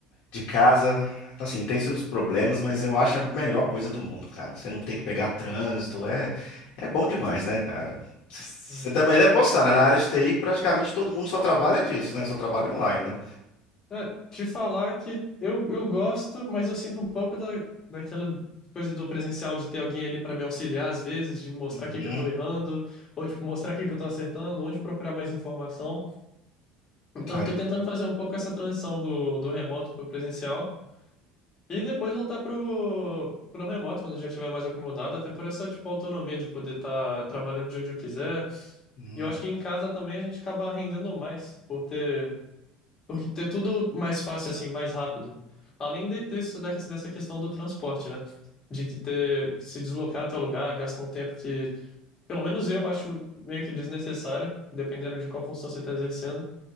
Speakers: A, on the left; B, on the left.
A: de casa, assim, tem seus problemas, mas eu acho a melhor coisa do mundo, cara. Você não tem
B: uhum,
A: que pegar trânsito, é, é bom demais, né, cara? C-
B: uhum.
A: Você também deve gostar, né? Na área de TI, praticamente todo mundo só trabalha disso, né? Só trabalha online, né?
B: É, te falar que eu, eu gosto, mas eu sinto um pouco da, daquela coisa do presencial de ter alguém ali para me auxiliar às vezes, de mostrar
A: Uhum,
B: o que que eu tô errando, ou tipo, mostrar o que que eu tô acertando, onde procurar mais informação. Então
A: cara.
B: eu tô tentando fazer um pouco essa transição do, do remoto pro presencial e depois voltar pro, pro remoto quando eu já estiver mais acomodado, até por essa tipo autonomia de poder estar trabalhando de onde eu quiser.
A: hum.
B: E eu acho que em casa também a gente acaba rendendo mais por ter porque é tudo mais fácil, assim, mais rápido. Além de, desse- da- dessa questão do transporte, né? De que ter, se deslocar até o lugar gasta um tempo que, pelo menos eu acho meio que desnecessário, dependendo de qual função você está exercendo.